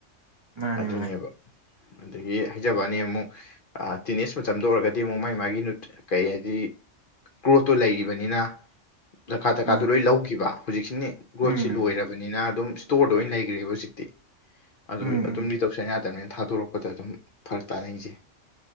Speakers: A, on the right; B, on the left.
A: ꯃꯥꯅꯦ
B: ꯑꯗꯨꯅꯦꯕ
A: ꯃꯥꯅꯦ
B: ꯑꯗꯒꯤ ꯍꯩꯖꯕꯅꯤ ꯑꯃꯨꯛ ꯇꯤꯅꯤꯁ ꯃꯇꯝꯗ ꯑꯣꯏꯔꯒꯗꯤ ꯑꯃꯨꯛ ꯃꯥꯏ ꯃꯥꯒꯤ ꯀꯩ ꯍꯥꯏꯗꯤ ꯀ꯭ꯔꯣꯠꯇꯨ ꯂꯩꯔꯤꯕꯅꯤꯅ ꯗꯀꯥ ꯇꯀꯥꯗꯨꯣ
A: ꯃꯥꯅꯦ
B: ꯂꯣꯏ ꯂꯧꯈꯤꯕ ꯍꯧꯖꯤꯛꯁꯤꯅꯤ ꯒ꯭ꯔꯣꯠꯁꯤ
A: ꯎꯝ
B: ꯂꯣꯏꯔꯕꯅꯤꯅ ꯑꯗꯨꯝ ꯏꯁ꯭ꯇꯣꯔꯗ ꯑꯣꯏꯅ ꯂꯩꯈ꯭ꯔꯦꯕ ꯍꯧꯖꯤꯛꯇꯤ ꯑꯗꯨ
A: ꯎꯝ
B: ꯑꯗꯨꯝꯗꯤ
A: ꯎꯝ
B: ꯇꯧꯁꯟ ꯌꯥꯗꯕꯅꯤꯅ ꯊꯥꯗꯣꯔꯛꯄꯗ ꯑꯗꯨꯝ ꯐꯔꯛ ꯇꯥꯅꯅꯤꯡꯁꯦ